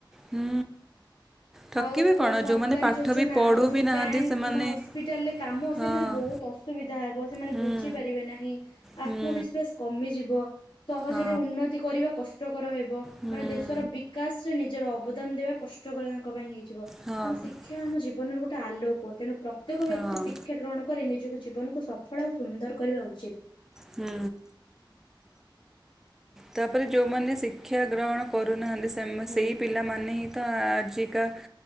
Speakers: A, in the centre; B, on the left.
A: ହୁଁ।
B: <inaudible>
A: ଠକିବେ
B: ଆଉ
A: କଣ
B: ସରକାରୀ
A: ଯେଉଁମାନେ ପାଠ
B: ଯୋଜନା
A: ବି ପଢ଼ୁ
B: ଆଉ ଯୋଉ
A: ବି ନାହାନ୍ତି
B: ବ୍ୟାଙ୍କ
A: ସେମାନେ
B: କିମ୍ବା ହସ୍ପିଟାଲରେ କାମ
A: ହଁ
B: ସେମାନେ ବହୁତ ଅସ୍ ଅସୁବିଧା ହେବ ସେମାନେ
A: ହୁଁ
B: ବୁଝିପାରିବେ ନାହିଁ
A: ହୁଁ
B: ଆତ୍ମବିଶ୍ଵାସ କମିଯିବ। ସହଜରେ
A: ହଁ
B: ଉନ୍ନତି କରିବା କଷ୍ଟକର ହେବ
A: ହୁଁ
B: ମାନେ ଦେଶର ବି କାଶ ରେ ନିଜର ଅବଦାନ ଦେବା କଷ୍ଟକର ତାଙ୍କ ପାଇଁ ହେଇଯିବ ତେଣୁ
A: ହଁ
B: ଶିକ୍ଷା ଆମ ଜୀବନର ଗୋଟେ ଆଲୋକ ତେଣୁ ପ୍ରତ୍ୟେକ
A: ହଁ
B: ବ୍ୟକ୍ତି ଶିକ୍ଷା ଗ୍ରହଣ କରି ନିଜକୁ ଜୀବନକୁ ସାର୍ଥକ ଫଳ ଆଉ ସୁନ୍ଦର କରିବା ଉଚିତ୍।
A: ହୁଁ। ତାପରେ ଯୋଉମାନେ ଶିକ୍ଷା ଗ୍ରହଣ କରୁନାହାଁନ୍ତି ସେମ୍
B: ହଁ
A: ସେଇ ପିଲାମାନେ ହିଁ ତା ଆଜିକା